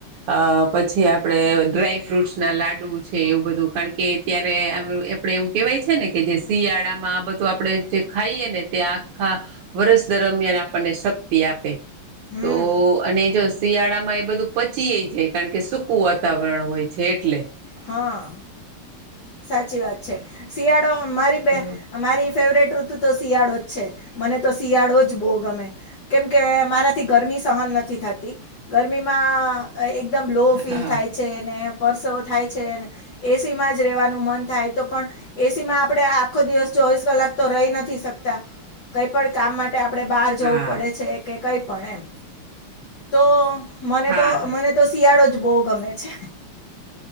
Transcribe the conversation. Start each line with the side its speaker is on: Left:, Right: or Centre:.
Right: અ પછી આપડે ડ્રાય ફ્રૂટ્સના લાડુ છે એવું બધું કારણ કે ત્યારે આમ આપડે એવું કેહેવાય છે ને કે જે શિયાળામાં આ બધું આપણેે જે ખાઈએ ને તે આખા વર્ષ દરમિયાન આપણને શક્તિ આપે
Left: હમ
Right: તો અને જો શિયાળામાં એ બધું પચીય જાય કારણ કે સૂકું વાતાવરણ હોય છે, એટલે
Left: હા સાચી વાત છે, શિયાળો મારી બે
Right: તો
Left: મારી ફેવરેટ ઋતુ તો શિયાળો જ છે, મને તો શિયાળો જ બહુ ગમે. કેમકે મારાથી ગરમી સહન નથી થતી ગરમીમાં. એકદમ લો ફીલ
Right: હા.
Left: થાય છે, ને પરસો થાય છેને એસી માં, રહેવાનું મન થાય તો પણ. એસી માં આપણે આખો દિવસ ચોવીસ કલાક તો રહી નથી શકતા. કઈ પણ કામ માટે આપણેે બહાર જવું
Right: હા
Left: પડે છે, કે કઈ પણ એમ. તો મને
Right: હા
Left: તો મને તો શિયાળો જ બહુ ગમે છે.